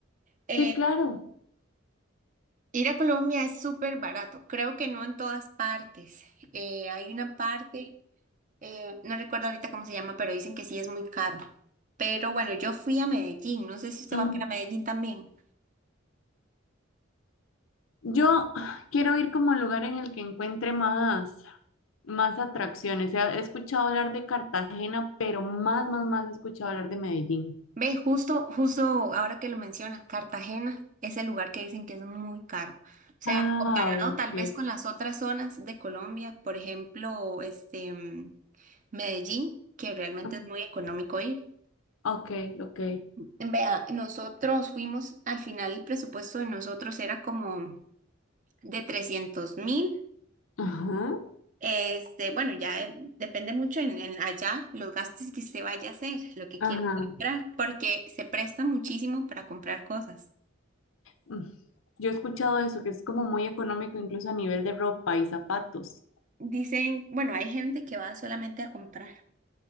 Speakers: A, on the right; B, on the left.
A: Eh,
B: sí, claro.
A: Ir a Colombia es súper barato, creo que no en todas partes. Eh, hay una parte, eh, no recuerdo ahorita cómo se llama, pero dicen que sí es muy caro. Pero bueno, yo fui a Medellín, no sé si usted
B: Ajá.
A: va para Medellín también.
B: Yo quiero ir como al lugar en el que encuentre más, más atracciones. He, he escuchado hablar de Cartagena, pero más, más, más he escuchado hablar de Medellín.
A: Ve, justo, justo ahora que lo menciona, Cartagena es el lugar que dicen que es muy caro. O sea,
B: Ah,
A: comparado
B: ok.
A: tal vez con las otras zonas de Colombia, por ejemplo, este, mm, Medellín, que realmente
B: Ah,
A: es muy económico ir.
B: Ok, ok.
A: Vea, nosotros fuimos, al final el presupuesto de nosotros era como de trescientos mil.
B: Ajá,
A: Este, bueno, ya eh, depende mucho en, en allá los gastos que usted vaya a hacer, lo que quiere
B: ajá.
A: comprar, porque se presta muchísimo para comprar cosas.
B: Mm. Yo he escuchado eso, que es como muy económico incluso a nivel de ropa y zapatos.
A: Dicen, bueno, hay gente que va solamente a comprar.